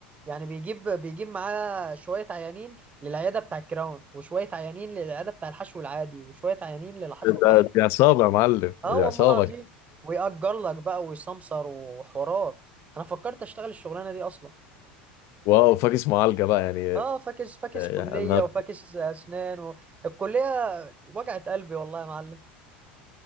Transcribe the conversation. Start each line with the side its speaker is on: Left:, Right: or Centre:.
Right: يعني بيجيب بيجيب معاه شوية عيانين للعيادة بتاع الكراون وشوية عيانين للعيادة بتاع الحشو العادي وشوية عيانين للحشو العصب
Left: ده- دي عصابة يا معلم دي
Right: اه والله
Left: عصابة
Right: العظيم ويأجر لك بقى ويسمسر وحوارات انا فكرت اشتغل الشغلانه دي اصلا
Left: واو فاكس معالجة بقى يعني <laughs>
Right: اه فاكس فاكس
Left: يعني
Right: كليه
Left: انا
Right: وفاكس اسنان و... الكليه وجعت قلبي والله يا معلم